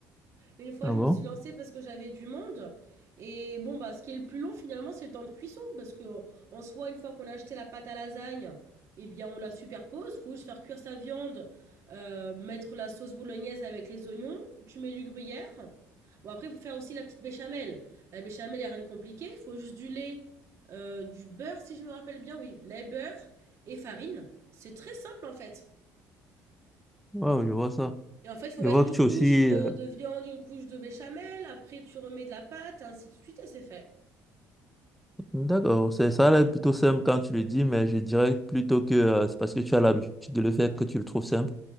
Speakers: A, on the right; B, in the centre.
A: Une fois,
B: Ah
A: je
B: bon?
A: me suis lancée parce que j'avais du monde. Et bon, bah, ce qui est le plus long, finalement, c'est le temps de cuisson. Parce que, euh, en soi, une fois qu'on a acheté la pâte à lasagne, eh bien, on la superpose. Faut juste faire cuire sa viande, euh, mettre la sauce bolognaise avec les oignons. Tu mets du gruyère. Bon, après, faut faire aussi la petite béchamel. La béchamel, y a rien de compliqué. Faut juste du lait, euh, du beurre, si je me rappelle bien. Oui, lait, beurre et farine. C'est très simple, en fait.
B: Wow, je vois ça.
A: Et en fait, faut
B: Je
A: mettre
B: vois
A: une
B: que tu
A: couche
B: es aussi.
A: de
B: euh,
A: de viande, une couche de béchamel, après tu remets de la pâte, ainsi de suite, et c'est fait.
B: D'accord, c'est ça, là, plutôt simple quand tu le dis, mais je dirais plutôt que euh, c'est parce que tu as l'habitude de le faire que tu le trouves simple